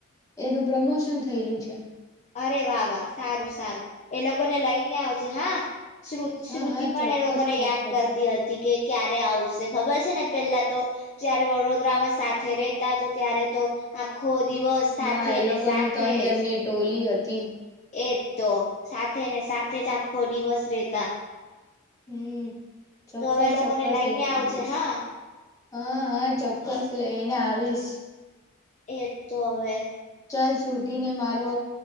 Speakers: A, on the left (about 15°); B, on the left (about 35°).
A: એનું પ્રમોશન થયેલું છે.
B: અરે વાહ વાહ સારું સારું. એ લોકો ને લઈને આવ જ હા. શુ
A: હા
B: શ્રુતિ
A: હા
B: પણ
A: ચોક્કસ
B: એ લોકોને
A: ચોક્કસ
B: યાદ કરતી હતી. કે ક્યારે આવશે ખબર છે ને પેલા તો, જયારે વડોદરામાં સાથે રેતા તો ત્યારે તો, આખો દિવસ સાથે
A: હા એ લોકોની
B: ને સાથે
A: તન જનની
B: જ
A: ટોલી હતી. તી.
B: એજ તો સાથે ને સાથે જ આખો દિવસ રેતા.
A: હમ ચોક્કસ
B: તો હવે લોકોને
A: ચોક્કસ
B: લઈને આવજે
A: આવીશ
B: હા
A: હા હા ચોક્કસ લઈને આવીશ
B: એજ તો હવે
A: ચાલ શ્રુતિને મારો